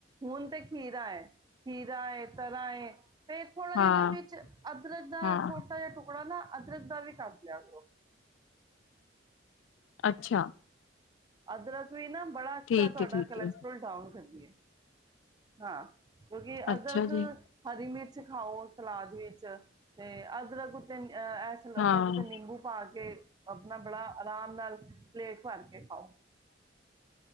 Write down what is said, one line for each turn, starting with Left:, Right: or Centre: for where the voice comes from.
Right: ਹੁਨ ਤੇ ਖੀਰ ਦਾ ਏ, ਖੀਰ ਤਰਾਂ ਏ, ਤੇ ਥੋੜਾ ਜੇਆ
Left: ਹਾਂ
Right: ਨਾ ਵਿੱਚ ਅਦਰਕ ਦਾ
Left: ਹਾਂ
Right: ਛੋਟਾ ਜੇ ਟੁਕੜਾ ਨਾ ਅਦਰਕ ਦਾ ਵੀ ਕਟ ਲੇਆ ਕਰੋ।
Left: ਅੱਛਾ।
Right: ਅਦਰਕ ਵੀ ਨਾ ਬੜਾ ਅੱਛਾ
Left: ਠੀਕ
Right: ਤੁਆਡਾ
Left: ਹੈ ਠੀਕ
Right: ਕੋਲੈਸਟਰ੍ਰੋਲ
Left: ਹੈ
Right: ਡਾਉਨ ਕਰਦੀਏ। ਹਾਂ। ਕਿਉਂਕਿ
Left: ਅੱਛਾ
Right: ਅਦਰਕ,
Left: ਜੀ
Right: ਹਰੀ ਮਿਰਚ ਖਾਓ ਸਲਾਦ ਵਿੱਚ, ਤੇ ਅਦਰਕ ਤਿੰ ਐ ਏਸ ਨਬ
Left: ਹਾਂ
Right: ਤਬਤੇ ਨਿੰਬੂ ਪਾ ਕੇ ਅਪਨਾ ਬੜਾ ਰਾਮ ਨਾਲ ਪਲੇਟ ਭਰ ਕੇ ਖਾਓ।